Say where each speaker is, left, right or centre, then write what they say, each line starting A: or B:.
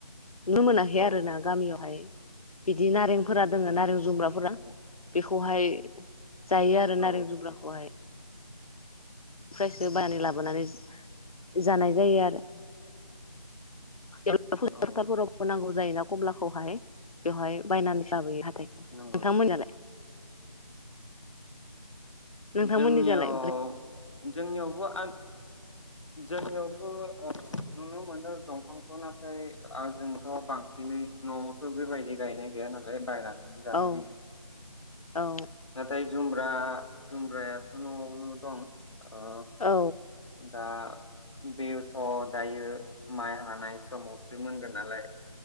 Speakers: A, on the left; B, on the left.
A: नुनो मोनाखै
B: औ
A: आरो ना गामियाव। फाय बिदि नारेंफोरा दोङो नारें जु जुमब्राफोरा
B: औ
A: बेख खौहाय जायो आरो
B: औ
A: नारें
B: औ
A: जुमब्राखौहाय। फ्रायसो बायनानै लाबोनानै जानाय जायो आरो <inaudible>
B: औ
A: नांगौ जायो ना कमलाखौहाय बेवहाय बायनानै लाबोयो हा नोंथां
B: नंगौ नंगौ
A: मोनियालाय? नोंथांमोननि
B: जोंनियाव
A: जालाय बोरै
B: जोंनियावबो आन जोंनियावबो ओ नुनो मोनो दंफांखौ नाथाय आ जोंथ' बांसिनै न'आवथ' बेबायदि गायनाय गैया नालाय बायना जानाय
A: औ
B: जायो
A: औ
B: नाथाय जुमब्रा जुमब्रायाथ' न'आवनो दं ओ
A: औ
B: दा बेथ' दायो माइ हानाय समावसो मोनगोन नालाय